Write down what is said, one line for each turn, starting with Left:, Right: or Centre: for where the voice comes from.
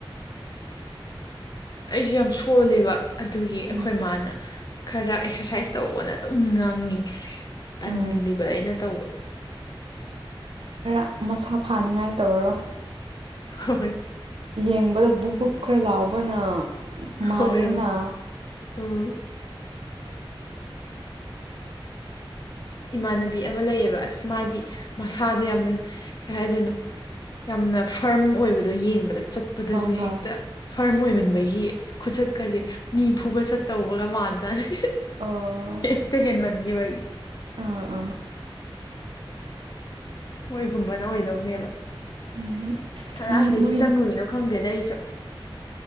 Left: ꯑꯩꯁꯨ ꯌꯥꯝ ꯁꯣꯜꯂꯦꯕ ꯑꯗꯨꯒꯤ ꯑꯩꯈꯣꯏ
Right: ꯎꯝ
Left: ꯏ ꯃꯥꯅ ꯈꯔ ꯑꯦꯛꯁꯔꯁꯥꯏꯁ ꯇꯧꯅ ꯑꯗꯨꯝ ꯉꯥꯡꯉꯤ ꯇꯟꯜꯂꯤꯕ
Right: ꯑꯣ
Left: ꯑꯩꯅ ꯇꯧꯕ
Right: ꯈꯔ ꯃꯁꯥ ꯐꯥꯅꯤꯡꯉꯥꯏ ꯇꯧꯔꯔꯣ
Left: ꯍ ꯍꯣꯏ
Right: ꯌꯦꯡꯕꯗ ꯕꯨꯛ ꯕꯨꯛ ꯈꯔ ꯂꯥꯎꯕꯅ ꯃꯥꯂꯅꯥ
Left: ꯍꯣꯏ ꯍꯣꯏ ꯎꯝ ꯏꯃꯥꯟꯅꯕꯤ ꯑꯃ ꯂꯩꯌꯦꯕ ꯑꯁ ꯃꯥꯗꯤ ꯃꯁꯥꯗꯣ ꯌꯥꯝꯅ ꯀꯩ ꯍꯥꯏꯗꯣꯏꯅꯣ ꯌꯥꯝꯅ ꯐꯥꯔꯝ ꯑꯣꯏꯕꯗꯣ ꯌꯦꯡꯕꯗ ꯆꯠꯄꯗꯁꯨ
Right: ꯍꯣꯏ ꯍꯣꯏ
Left: ꯍꯦꯛꯇ ꯐꯥꯔꯝ ꯑꯣꯏꯃꯟꯕꯒꯤ
Right: ꯎꯝ
Left: ꯈꯨꯆꯠꯀꯁꯦ ꯃꯤ ꯐꯨꯕ ꯆꯠꯇꯧꯕꯒ ꯃꯥꯟꯖꯥꯠꯦ
Right: ꯑꯣ
Left: ꯑꯦꯠꯇ ꯍꯟ ꯃꯅꯤꯡꯒ ꯏꯕꯒꯤ
Right: ꯑꯥ ꯑꯥ
Left: ꯃꯣꯏꯒꯨꯝꯕꯅ ꯑꯣꯏꯗꯧꯅꯦꯕ
Right: ꯎꯝ
Left: ꯀꯗꯥꯏꯗꯒꯤ
Right: ꯅꯪ ꯅꯣꯏ
Left: ꯆꯪꯉꯨꯏꯅꯣ ꯈꯪꯗꯦꯗ ꯑꯩꯁꯨ